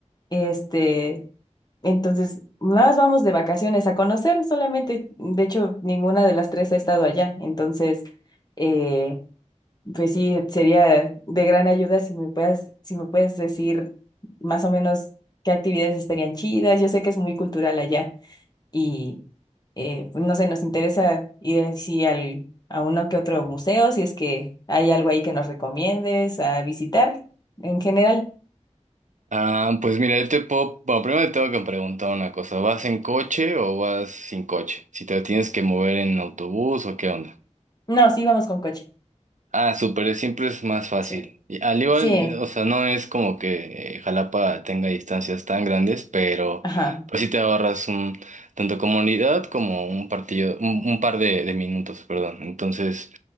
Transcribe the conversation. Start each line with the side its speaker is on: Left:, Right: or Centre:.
Left: Este, entonces nada más vamos de vacaciones a conocer solamente. De hecho, ninguna de las tres ha estado allá, entonces. eh, Pues sí, sería de gran ayuda si me puedas, si me puedes decir más o menos qué actividades estarían chidas. Yo sé que es muy cultural allá y eh, pues no sé, nos interesa ir así al, a uno que otro museo, si es que hay algo ahí que nos recomiendes a visitar en general.
Right: Ah, pues mira, yo te puedo... Bueno, primero te tengo que preguntar una cosa. ¿Vas en coche o vas sin coche? Si te tienes que mover en autobús o qué onda.
Left: No, sí, vamos con coche.
Right: Ah, súper, siempre es más fácil.
Left: Sí.
Right: Y al igual,
Left: Sí,
Right: eh, o sea, no es como que eh, Jalapa tenga distancias tan grandes, pero
Left: ajá.
Right: pues sí te ahorras un, tanto comunidad como un partido, un, un par de, de minutos, perdón. Entonces,